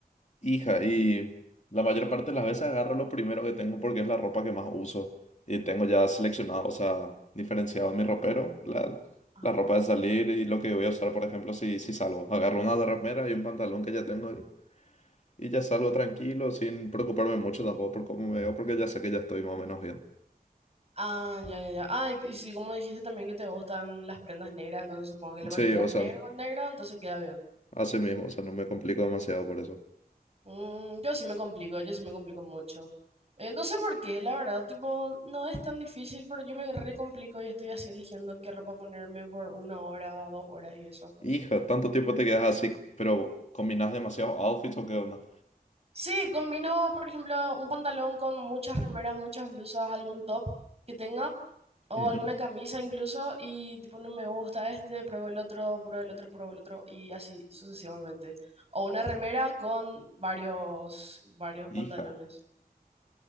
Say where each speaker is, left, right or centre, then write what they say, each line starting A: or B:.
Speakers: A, on the left; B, on the right.
A: Hija, y la mayor parte de las veces agarro lo primero que tengo porque es la ropa que más uso. Y tengo ya seleccionado, o sea, diferenciado en mi ropero, la,
B: ajá
A: la ropa de salir y lo que voy a usar, por ejemplo, si, si salgo. Agarro una remera y un pantalón que ya tengo y, y ya salgo tranquilo, sin preocuparme mucho tampoco por cómo me veo, porque ya sé que ya estoy más o menos bien.
B: Ah, ya, ya, ya. Ah, y y sí, como dijiste también que te gustan las prendas negras, entonces supongo que la
A: Sí,
B: mayoría
A: o
B: es
A: sea,
B: negro, con negro, entonces queda bien.
A: así mismo, o sea, no me complico demasiado por eso.
B: Mm, yo sí me complico, yo sí me complico mucho. Eh, no sé por qué, la verdad, tipo, no es tan difícil, pero yo me re complico y estoy así eligiendo qué ropa ponerme por una hora, dos horas y eso.
A: Hija, tanto tiempo te quedas así, pero combinas demasiados outfits o qué onda.
B: Sí, combino, por ejemplo, un pantalón con muchas remeras, muchas blusas, algún top que tenga, o
A: Ujú.
B: alguna camisa incluso, y tipo, no me gusta este, pruebo el otro, pruebo el otro, pruebo el otro, y así sucesivamente. O una remera con varios, varios
A: Hija.
B: pantalones.